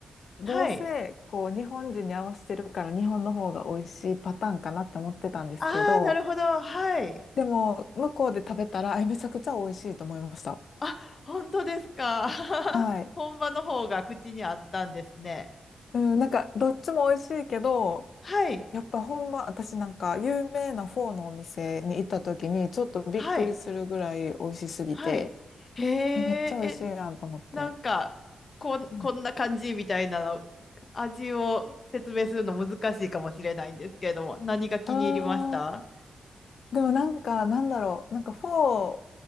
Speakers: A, on the left; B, on the left.
A: どうせこう日本人に合わせてるから日本の方が美味しいパターンかなって思ってたんですけど、
B: はい。ああ、なるほど。はい。
A: でも向こうで食べたら、えめちゃくちゃ美味しいと思いました。
B: あ、本当ですか。<laughs>
A: はい。
B: 本場の方が口にあったんですね。
A: うん、なんか、どっちも美味しいけど、
B: はい、
A: やっぱほんま、私なんか、有名なフォーのお店に行った時に、ちょっとびっくりするぐらい美味しすぎて、
B: はい、はい。へえ、
A: え、めっちゃ美味しいやんと思って。
B: え、なんか、こん、
A: うん。
B: こんな感じみたいなの、味を説明するの難しいかもしれないんですけれども、何が気に入りました
A: あー、でもなんか、なんだろう、なんかフォ